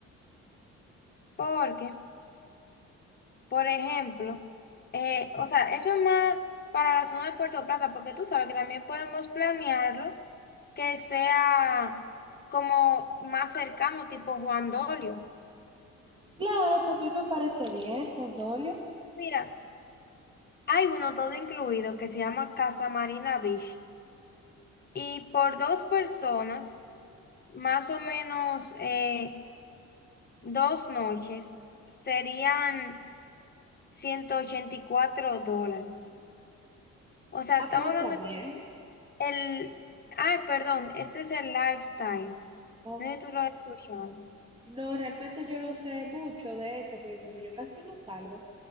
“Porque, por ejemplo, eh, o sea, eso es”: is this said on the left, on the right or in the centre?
Left